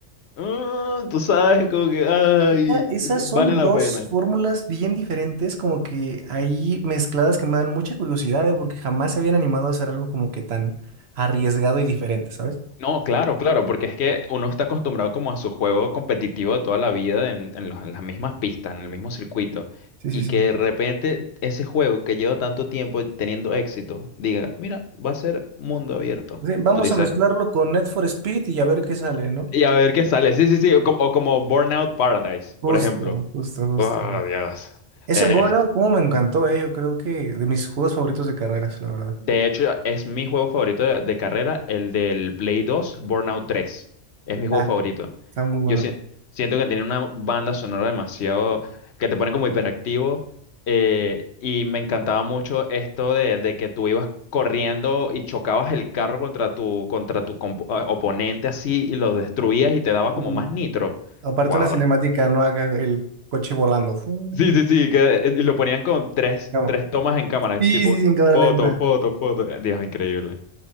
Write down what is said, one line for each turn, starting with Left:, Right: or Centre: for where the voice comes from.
Left: mm, tú sabes, como que, ay,
Right: Esa- esas son
Left: vale la
Right: dos
Left: pena.
Right: fórmulas bien diferentes, como que ahí mezcladas que me dan mucha curiosidad, ¿eh? Porque jamás se habían animado a hacer algo como que tan arriesgado y diferente, ¿sabes?
Left: No, claro, claro, porque es que uno está acostumbrado como a su juego competitivo de toda la vida en, en los- en las mismas pistas, en el mismo circuito,
Right: Sí, sí,
Left: y
Right: sí.
Left: que de repente ese juego que lleva tanto tiempo teniendo éxito diga, mira, va a ser mundo abierto.
Right: Sí, Vamos
Left: Tú dices,
Right: a mezclarlo con Net for Speed y a ver qué sale, ¿no?
Left: y a ver qué sale. Sí, sí, sí, o, co- o como Burnout Paradise,
Right: Justo,
Left: por ejemplo.
Right: justo, justo.
Left: Oh, Dios.
Right: Ese
Left: Eh,
Right: Burnout, como me encantó, ¿eh? Yo creo que de mis juegos favoritos de carreras, la verdad.
Left: de hecho, es mi juego favorito de, de carrera, el del Play 2, Burnout 3. Es mi juego
Right: Ah,
Left: favorito.
Right: Está muy bueno.
Left: Yo si- siento que tiene una banda sonora demasiado que te pone como hiperactivo eh, y me encantaba mucho esto de, de que tú ibas corriendo y chocabas el carro contra tu contra tu comp- ah, oponente así y lo destruías y te daba como
Right: Y
Left: más nitro.
Right: aparte
Left: Wow.
Right: una cinemática, no haga el coche volando. Fu-
Left: Sí, sí, sí, que eh, y lo ponían con tres,
Right: no.
Left: tres tomas en cámara,
Right: Sí,
Left: tipo
Right: sí, sin cámara
Left: foto,
Right: lenta.
Left: foto, foto. Eh, Dios, increíble.